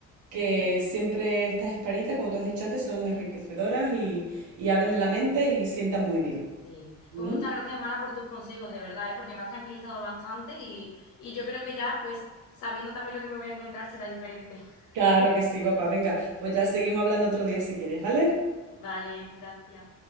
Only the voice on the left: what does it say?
sí.
Pues muchas gracias, Mara, por tus consejos, de verdad, ¿eh? Porque me has tranquilizado bastante y, y yo creo que ya, pues, sabiendo también lo que me voy a encontrar, será diferente. <laughs>
Vale, gracias.